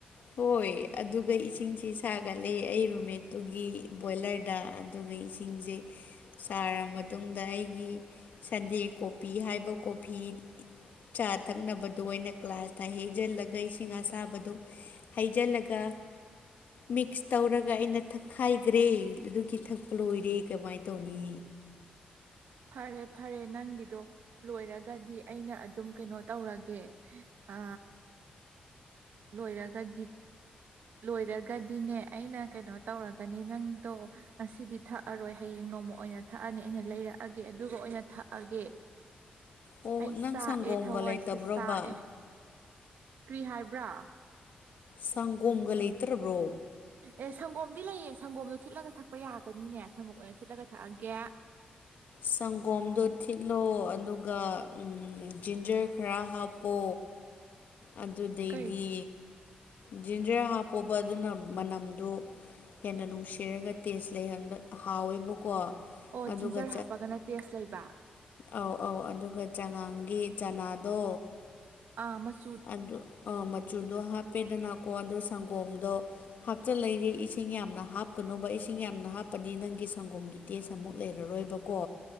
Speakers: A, on the left; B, on the right.
A: ꯍꯣꯏ ꯑꯗꯨꯒ ꯏꯁꯤꯡꯁꯤ ꯁꯥꯒꯠꯂꯦ ꯑꯩ ꯔꯨꯝꯃꯦꯠꯇꯨꯒꯤ ꯕꯣꯏꯂꯔꯗ ꯑꯗꯨꯒ ꯏꯁꯤꯡꯁꯦ ꯁꯥꯔꯕ ꯃꯇꯨꯡꯗ ꯑꯩꯒꯤ ꯁꯟꯗꯦ ꯀꯣꯄꯤ ꯍꯥꯏꯕ ꯀꯣꯐꯤ ꯆꯥ ꯊꯛꯅꯕꯗꯣ ꯑꯩꯅ ꯀ꯭ꯂꯥꯁꯇ ꯍꯩꯖꯤꯜꯂꯒ ꯏꯁꯤꯡ ꯑꯁꯥꯕꯗꯣ ꯍꯩꯖꯤꯜꯂꯒ ꯃꯤꯛꯁ ꯇꯧꯔꯒ ꯑꯩꯅ ꯊꯛꯈꯥꯏꯈ꯭ꯔꯦ ꯑꯗꯨꯒꯤ ꯊꯛꯄ ꯂꯣꯏꯔꯦ ꯀꯃꯥꯏꯅ ꯇꯧꯅꯤ
B: ꯐꯔꯦ ꯐꯔꯦ ꯅꯪꯒꯤꯗꯣ ꯂꯣꯏꯔꯒꯗꯤ ꯑꯩꯅ ꯑꯗꯨꯝ ꯀꯩꯅꯣ ꯇꯧꯔꯒꯦ ꯑ ꯂꯣꯏꯔꯒꯗꯤ ꯂꯣꯏꯔꯒꯗꯤꯅꯦ ꯑꯩꯅ ꯀꯩꯅꯣ ꯇꯧꯔꯛꯀꯅꯤ ꯅꯪꯗꯣ ꯉꯁꯤꯗꯤ ꯊꯛꯑꯔꯣꯏ ꯍꯌꯦꯡ ꯅꯣꯡꯃ ꯑꯣꯏꯅ ꯊꯛꯑꯅꯤ ꯑꯩꯅ ꯂꯩꯔꯛꯑꯒꯦ ꯑꯗꯨꯒ ꯑꯣꯏꯅ ꯊꯛꯑꯒꯦ
A: ꯑꯣ
B: ꯑꯩ
A: ꯅꯪ
B: ꯆꯥꯛꯑꯦ
A: ꯁꯪꯒꯣꯝꯒ
B: ꯊꯋꯥꯏꯁꯤ
A: ꯂꯩꯇꯕ꯭ꯔꯣꯕ
B: ꯆꯥꯛꯑꯦ ꯀꯔꯤ ꯍꯥꯏꯕ꯭ꯔ
A: ꯁꯪꯒꯣꯝꯒ ꯂꯩꯇ꯭ꯔꯕ꯭ꯔꯣ
B: ꯑꯦ ꯁꯪꯒꯣꯝꯗꯤ ꯂꯩꯌꯦ ꯁꯪꯒꯣꯝꯗꯣ ꯊꯤꯠꯂꯒ ꯊꯛꯄ ꯌꯥꯒꯅꯤꯅꯦ ꯁꯪꯒꯣꯝ ꯑꯣꯏꯅ ꯊꯤꯠꯂꯒ ꯊꯛꯑꯒꯦ
A: ꯁꯪꯒꯣꯝꯗꯣ ꯊꯤꯠꯂꯣ ꯑꯗꯨꯒ ꯖꯤꯟꯖꯔ ꯈꯔ ꯍꯥꯞꯄꯣ ꯑꯗꯨꯗꯩꯗꯤ
B: ꯀꯩ
A: ꯖꯤꯟꯖꯔ ꯍꯥꯞꯄꯣꯕ ꯑꯗꯨꯅ ꯃꯅꯝꯗꯣ ꯍꯦꯟꯅ ꯅꯨꯡꯁꯤꯔꯒ ꯇꯦꯖ ꯂꯩꯍꯟꯕ ꯍꯥꯎꯋꯦꯕꯀꯣ
B: ꯑꯣ
A: ꯑꯗꯨꯒ
B: ꯖꯤꯟꯖꯔ ꯍꯥꯞꯄꯒꯅ ꯇꯦꯁ ꯂꯩꯕ
A: ꯑꯧ ꯑꯧ ꯑꯗꯨꯒ ꯆꯉꯥꯡꯒꯤ ꯆꯅꯥꯗꯣ
B: ꯑ ꯃꯌꯨ
A: ꯑꯗꯨ ꯑ ꯃꯆꯨꯗꯣ ꯍꯥꯞꯄꯦꯗꯅꯀꯣ ꯑꯗꯨ ꯁꯪꯒꯣꯝꯗꯣ ꯍꯥꯞꯆꯂꯔꯤꯦ ꯏꯁꯤꯡ ꯌꯥꯝꯅ ꯍꯥꯞꯀꯅꯣꯕ ꯏꯁꯤꯡ ꯌꯥꯝꯅ ꯍꯥꯞꯄꯗꯤ ꯅꯪꯒꯤ ꯁꯪꯒꯣꯝꯒꯤ ꯇꯦꯁ ꯑꯃꯨꯛ ꯂꯩꯔꯔꯣꯏꯕꯀꯣ